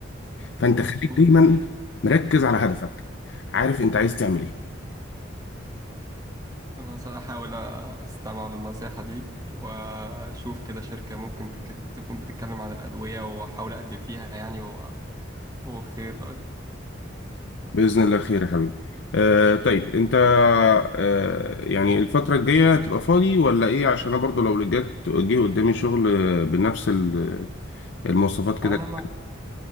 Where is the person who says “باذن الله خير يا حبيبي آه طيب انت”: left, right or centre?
Left